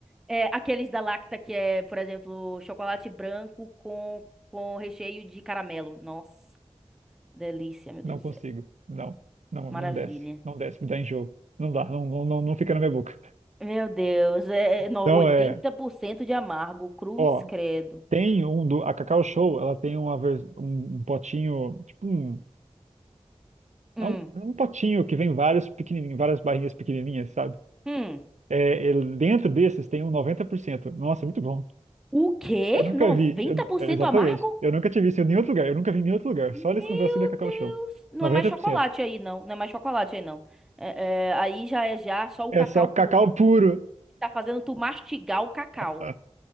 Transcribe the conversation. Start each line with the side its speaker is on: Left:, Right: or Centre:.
Centre: É, aqueles da Lacta, que é, por exemplo, chocolate branco com, com recheio de caramelo. Nossa, delícia, meu
Right: não
Centre: Deus
Right: consigo.
Centre: do céu.
Right: Não. Não,
Centre: Maravilha.
Right: não desce. Não desce, me dá enjoo. Não dá, não, não, não não fica na minha boca.
Centre: Meu Deus, é, é, no-
Right: Então
Centre: 80%
Right: é.
Centre: de amargo. Cruz
Right: Ó,
Centre: credo.
Right: tem um do. A Cacau Show, ela tem uma, vers- um, um potinho. Tipo um.
Centre: Hum,
Right: É um, é um potinho que vem vários pequenininhos, várias barrinhas pequenininhas, sabe?
Centre: hum.
Right: É, ele- dentro desses tem um 90%. Nossa, é muito bom.
Centre: O quê?
Right: Eu nunca
Centre: 90%
Right: vi, eu nu- é, exatamente.
Centre: amargo?
Right: Eu nunca tive isso em nenhum outro lugar. Eu nunca vi em nenhum outro lugar.
Centre: Meu
Right: Só nesse negócio da Cacau
Centre: Deus.
Right: Show.
Centre: Não
Right: noventa
Centre: é mais chocolate
Right: por cento.
Centre: aí, não. Não é mais chocolate aí, não. É, é, aí já é já só o
Right: É
Centre: cacau
Right: só cacau
Centre: puro.
Right: puro.
Centre: Tá fazendo tu mastigar o cacau.
Right: <laughs>